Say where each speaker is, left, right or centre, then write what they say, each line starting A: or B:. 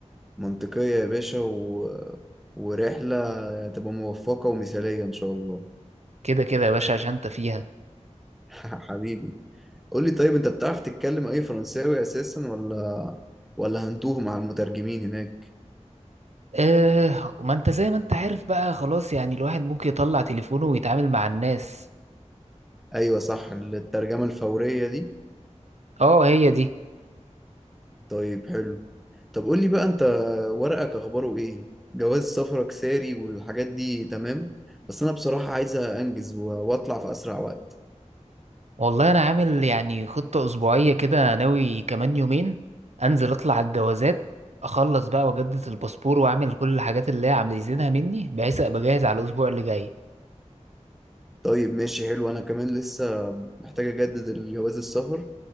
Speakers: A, in the centre; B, on the right.
A: منطقية يا باشا و... ورحلة تبقى موفقة ومثالية ان شاء الله
B: كده كده يا باشا عشان انت فيها
A: <laughs> حبيبي قول لي طيب انت بتعرف تتكلم اي فرنساوي اساسا ولا ولا هنتوه مع المترجمين هناك
B: اه وما انت زي ما انت عارف بقى خلاص يعني الواحد ممكن يطلع تليفونه ويتعامل مع الناس
A: ايوه صح الترجمة الفورية دي
B: اه هي دي
A: طيب حلو طب قول لي بقى انت ورقك اخباره ايه جواز سفرك ساري والحاجات دي تمام بس انا بصراحة عايزة انجز و- واطلع في اسرع وقت
B: والله انا عامل يعني خطة اسبوعية كده ناوي كمان يومين انزل اطلع على الجوازات اخلص بقى واجدد الباسبور واعمل كل الحاجات اللي هي عايزينها مني بحيث ابقى جاهز على الاسبوع اللي جاي
A: طيب ماشي حلو انا كمان لسه محتاج اجدد الجواز السفر